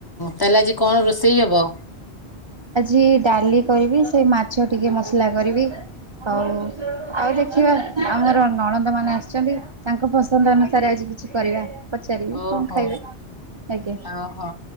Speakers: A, on the left; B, on the right.
A: ତାହେଲେ ଆଜି କଣ ରୋଷେଇ ହବ?
B: ଆଜି ଡାଲି କରିବି ସେଇ ମାଛ ଟିକେ ମସଲା କରିବି। ହଉ ଆଉ ଦେଖିବା ଆମର ନଣନ୍ଦ ମାନେ ଆସିଛନ୍ତି ତାଙ୍କ ପସନ୍ଦ ଅନୁସାରେ ଆଜି କିଛି କରିବା। ପଚାରିବି
A: ଓହୋ
B: କଣ ଖାଇବେ ଆଜ୍ଞା
A: ଓହୋ